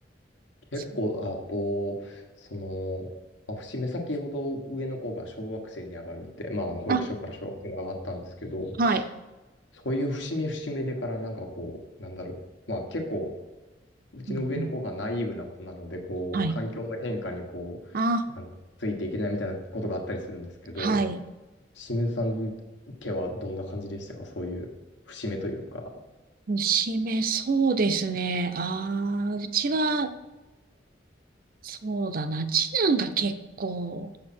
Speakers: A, on the left; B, on the right.
A: 結構、
B: そう
A: あと、その、まあ節目先ほど上の子が小学生に上がるって、まあ、あの、保育所から小学生に上がったんですけど、
B: あ、はい。
A: そういう節目節目でからなんかこう、なんだろう、まあ結構、うちの上の子がナイーブな子なので、
B: うんうん。
A: こう、
B: はい。
A: 環境の変化にこう、
B: あ、
A: あの、ついていけないみたいなことがあったりするんですけど、
B: はい。
A: 清水さん家はどんな感じでしたかそういう節目というか。
B: 娘、そうですね。ああ、うちは、そうだな。次男が結構、